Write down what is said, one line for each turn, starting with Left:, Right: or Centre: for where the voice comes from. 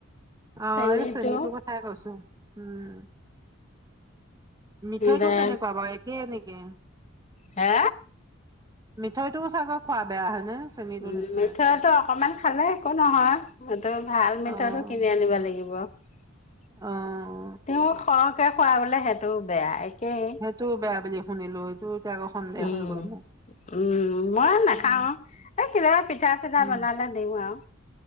Right: অ'
Left: চেনীটো
Right: এই চেনীটোৰ কথাই কৈছো। উম, মিঠৈটো
Left: দে
Right: কেনেকুৱা বাৰু একেইে নেকি? কে
Left: হে?
Right: মিঠৈটো চাগৈ খোৱা বেয়া হয়নে? চেনীটোৰ
Left: উম,
Right: নিচিনা?
Left: মিঠৈটো অকমান খালে একো নহয়। এইটো ভাল মিঠৈটো
Right: অ',
Left: কিনি আনিব লাগিব। <unintelligible>
Right: অ'।
Left: তেওঁ সৰহকে খোৱা বোলে সেইটো বেয়াই কেই।
Right: সেইটোও বেয়া বুলি শুনিলো সেইটো এতিয়া আকৌ সন্দেহ
Left: উম
Right: হৈ গ'ল মোৰ।
Left: উম, মই নাখাও।
Right: উম,
Left: এই কিবা পিঠা-চিঠা
Right: উম,
Left: বনালে দিওঁ আৰু?